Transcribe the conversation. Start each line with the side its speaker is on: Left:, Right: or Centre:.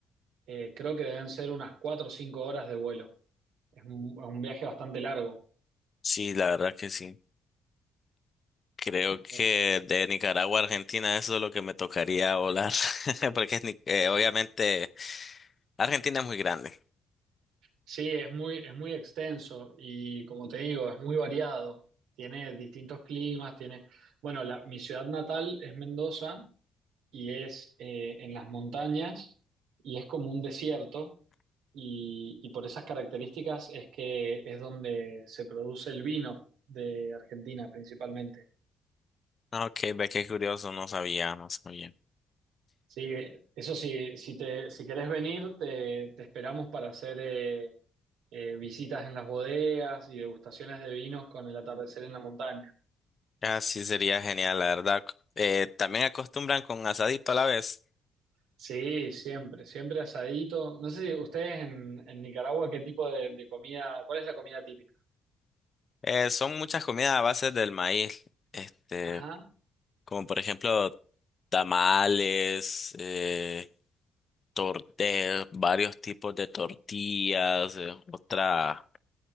Right: eh, creo que deben ser unas cuatro o cinco horas de vuelo. Es un, es un viaje bastante largo.
Left: Sí, la verdad que sí. Creo que
Right: Eh,
Left: de Nicaragua a Argentina eso es lo que me tocaría volar, <laughs> porque es ni- eh, obviamente Argentina es muy grande.
Right: sí, es muy, es muy extenso y como te digo, es muy variado. Tiene distintos climas, tiene... Bueno, la- mi ciudad natal es Mendoza y es eh, en las montañas y es como un desierto y, y por esas características es que es donde se produce el vino de Argentina principalmente.
Left: Ah, Ok, ve qué curioso, no sabía, no sabía.
Right: Sí, eso sí, si te, si querés venir, te, te esperamos para hacer eh, eh, visitas en las bodegas y degustaciones de vinos con el atardecer en la montaña.
Left: Ah, sí, sería genial, la verdad. Eh, también acostumbran con asadito a la vez.
Right: Sí, siempre, siempre asadito. No sé si ustedes en, en Nicaragua, ¿qué tipo de, de comida, cuál es la comida típica?
Left: Eh, son muchas comidas a base del maíz. Este,
Right: Ajá,
Left: Como por ejemplo tamales, eh, torte- varios tipos de tortillas, eh, otra,